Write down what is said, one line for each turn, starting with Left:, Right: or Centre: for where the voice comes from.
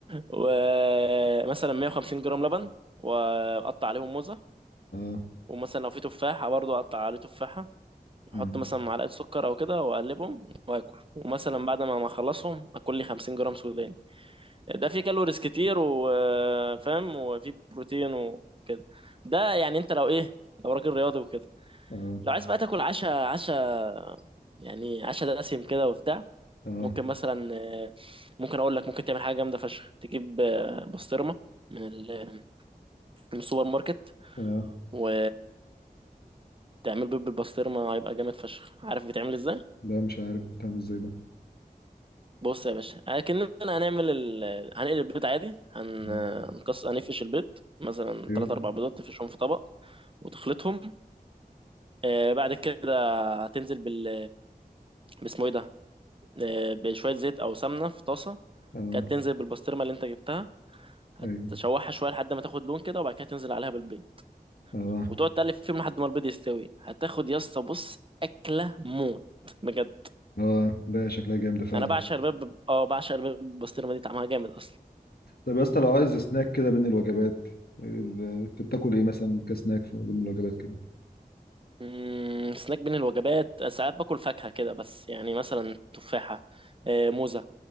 Right: ومثلا 150 جرام لبن واقطع عليهم موزة
Left: اه
Right: ومثلا لو في تفاحة برضو اقطع عليه تفاحة واحط
Left: مم.
Right: مثلا معلقة سكر او كده واقلبهم واكل ومثلا بعد ما ما اخلصهم اكل لي 50 جرام سوداني ده فيه كالوريز كتير وفاهم وفيه بروتين وكده ده يعني انت لو ايه لو راجل رياضي وكده
Left: اه
Right: لو عايز بقى تاكل عشا عشا يعني عشا دسم كده وبتاع
Left: اه
Right: ممكن
Left: اه
Right: مثلا آه، ممكن اقول لك ممكن تعمل حاجه جامده فشخ تجيب آه، بسطرمه من ال- من السوبر ماركت
Left: آه.
Right: و تعمل بيض بالبسطرمه هيبقى جامد فشخ عارف بيتعمل ازاي
Left: لا مش عارف بتعمل ازاي ده
Right: بص يا باشا اكننا هنعمل ال... هنقلي البيض عادي هن...
Left: مم.
Right: هنقص هنفقش البيض مثلا
Left: ايوه
Right: تلات اربع بيضات تفقشهم في طبق وتخلطهم آه، بعد كده هتنزل بال باسمه ايه ده آه، بشويه زيت او سمنه في طاسه
Left: اه
Right: كانت تنزل بالبسطرمه اللي انت جبتها
Left: ايوه
Right: هتشوحها شويه لحد ما تاخد لون كده وبعد كده تنزل عليها بالبيض
Left: اه
Right: وتقعد تقلب فيهم لحد ما البيض يستوي هتاخد يا اسطى بص اكله موت بجد
Left: اه لا شكلها جامدة فعلا
Right: انا بعشق البيض ب- اه بعشق البيض بالبسطرمه دي طعمها جامد اصلا
Left: طب يا اسطى لو عايز سناك كده بين الوجبات ال- انت بتاكل ايه مثلا كسناك في- بين الوجبات كده
Right: مم، سناك بين الوجبات ساعات باكل فاكهه كده بس يعني مثلا تفاحه آه، موزه